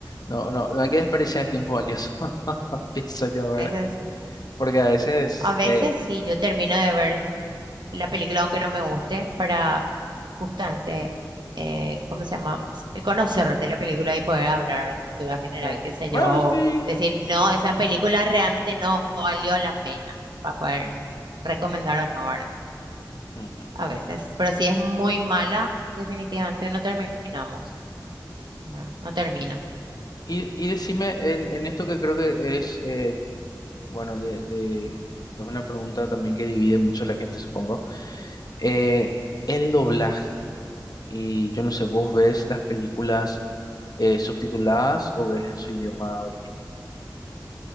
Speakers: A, on the left (about 60°); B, on the right (about 75°).
A: No, no, no hay que desperdiciar el
B: Mm,
A: tiempo valioso, <laughs> pienso yo, ¿verdad?
B: eso sí.
A: Porque a veces,
B: A veces
A: eh,
B: sí, yo termino de ver la película, aunque no me guste, para justamente, eh, ¿cómo se llama? Eh, Conocer de la película y poder hablar de la cultura general,
A: claro,
B: qué sé
A: bueno,
B: yo, o
A: sí.
B: decir, no, esa película realmente no valió la pena ¿verdad? para poder
A: Mm,
B: recomendar o no, ¿verdad?
A: ujú.
B: A veces, pero si es muy mala, definitivamente no terminamos, ¿verdad? No termino.
A: Y, y decime, en, en esto que creo que es eh, Bueno, de, de, es una pregunta también que divide mucho a la gente, supongo. Eh, el doblaje, y yo no sé, ¿vos ves las películas eh, subtituladas o ves en su idioma original?